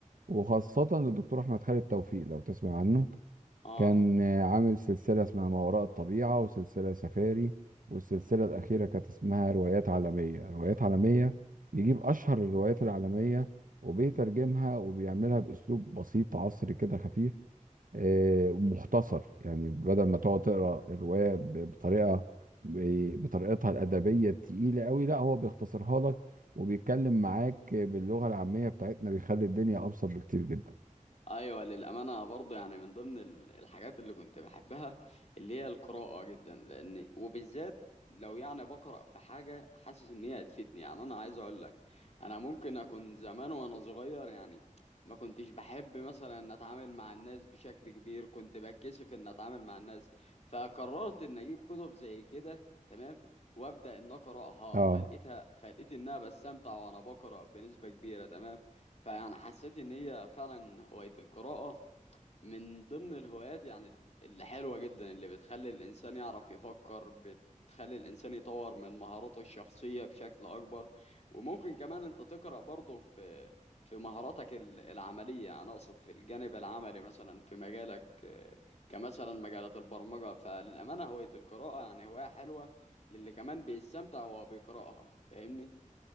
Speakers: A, on the right (about 80°); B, on the left (about 55°).
A: وخاصة للدكتور أحمد خالد توفيق لو تسمع عنه
B: آه
A: كان آه، عامل سلسلة اسمها ما وراء الطبيعة وسلسلة سفاري والسلسلة الأخيرة كانت اسمها روايات عالمية روايات عالمية يجيب أشهر الروايات العالمية وبيترجمها وبيعملها بأسلوب بسيط عصري كده خفيف آه، مختصر يعني بدل ما تقعد تقرأ الرواية ب- بطريقة ب- بطريقتها الأدبية التقيلة قوي لا هو بيختصرها لك وبيتكلم معاك باللغة العامية بتاعتنا بيخلي الدنيا أبسط بكتير جدا
B: ايوه للامانه برضه يعني من ضمن ال- الحاجات اللي كنت بحبها اللي هي القراءه جدا لان وبالذات لو يعني بقرا في حاجه حاسس ان هي هتفيدني يعني انا عايز اقول لك انا ممكن اكون زمان وانا صغير يعني ما كنتش بحب مثلا ان اتعامل مع الناس بشكل كبير كنت بتكسف ان اتعامل مع الناس فقررت ان اجيب كتب زي كده تمام وابدا ان اقراها
A: اه
B: فلقيتها فلقيت انها بستمتع وانا بقرا بنسبه كبيره تمام فيعني حسيت ان هي فعلا هواية القراءة من ضمن الهوايات يعني ال- اللي حلوة جدا اللي بتخلي الانسان يعرف يفكر بتخلي الانسان يطور من مهاراته الشخصية بشكل اكبر وممكن كمان انت تقرأ برضه في في مهاراتك ال- العملية انا اقصد في الجانب العملي مثلا في مجالك آه، كمثلا مجالات البرمجة فللأمانة هواية القراءة يعني هواية حلوة للي كمان بيستمتع وهو بيقرأها فاهمني